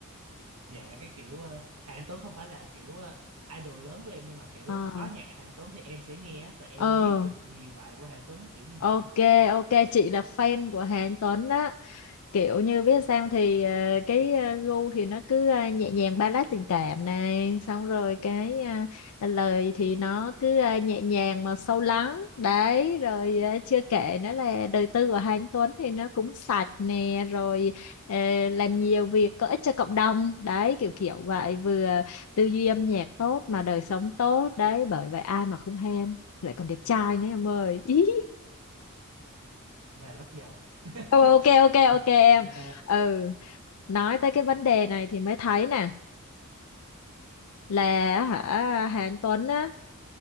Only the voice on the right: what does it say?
Dạ cái kiểu ờ, Hà Anh Tuấn không phải là kiểu ờ, idol lớn của em nhưng mà kiểu
có nhạc Hà Anh Tuấn thì em sẽ nghe á, và em
biết được nhiều bài của Hà Anh Tuấn kiểu như
vậy
và rất giàu. <laughs>
Ờ,